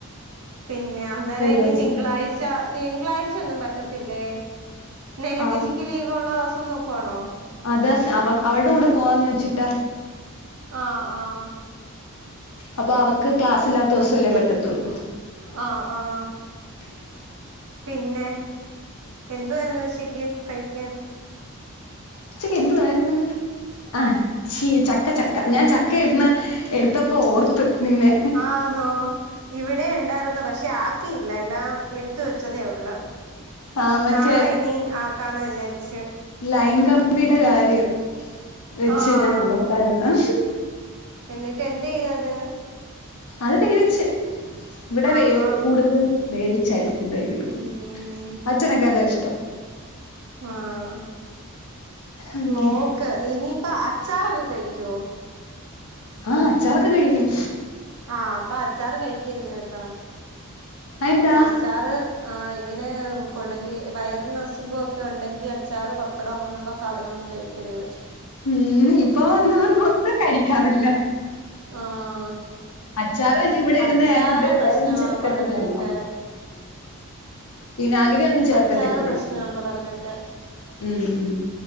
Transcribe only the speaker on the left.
ദിവസം
ആ
അത് അവ അവൾടെ കൂടെ പോവാന്ന് വെച്ചിട്ട
അപ്പൊ അവൾക്ക് ക്ലാസ് ഇല്ലാത്തവസല്ലേ പറ്റത്തൊള്ളൂ.
ഉ <inaudible>
ഉച്ചക്ക് എന്തു വായിരുന്നു ആഹ്‌ ചീ ചക്ക ചക്ക ഞാൻ ചക്ക ഇന്ന് എടുത്തപ്പോ ഓർത്ത് നിന്നെ
ആ മറ്റേ
ലൈൻ കമ്പിയുടെ കാര്യം വെച്ച്
ഞാൻ ഓർത്തായിരുന്നു
അത് വേവിച്ച് ഇവിടെ
വേ കൂടുതലും വേവിച്ചാ ഉപയോഗിക്കുന്നു
അച്ഛനൊക്കെ അതാ ഇഷ്ടം
ഉം
ആഹ് അച്ചാറൊക്കെ കഴിക്കും.
അതെന്താ
ഉം ഇപ്പ വന്ന് വന്ന് ഒന്നും കഴിക്കാറില്ല.
അച്ചാറ് പിന്നെ ഇവിടെ
ഇടുന്ന ആയോണ്ട്
വേറൊന്നും ചേർക്കത്തില്ലല്ലോ
വിനാഗിരി ഒന്നും ചേർക്കത്തില്ല
ഇവിടെ
ഉം ഉം.